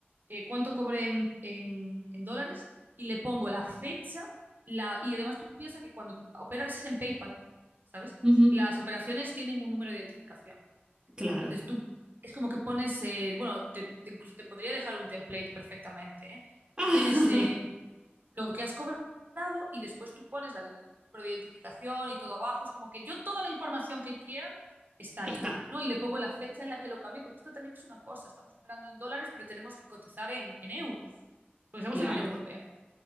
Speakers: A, on the right (about 50°); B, on the right (about 20°).
A: eh, cuánto cobré en, en- en dólares y le pongo la fecha la, y además tú piensas que cuando tú operas en PayPal, ¿sabes?
B: Ujú.
A: Las operaciones tienen un número de identificación.
B: Claro.
A: Entonces tú es como que pones, eh, bueno, te- te- incluso te podría dejar un template perfectamente, ¿eh?
B: <laughs>
A: Tú tienes eh, lo que has cobrado y después tú pones el número de identificación y todo abajo. Es como que yo toda la información que quieran está ahí,
B: Está,
A: ¿no? Y le pongo la fecha en la que lo cambié, porque esto también es una cosa. Estamos operando en dólares, pero tenemos que cotizar en, en euros, porque estamos
B: claro,
A: en la Unión Europea.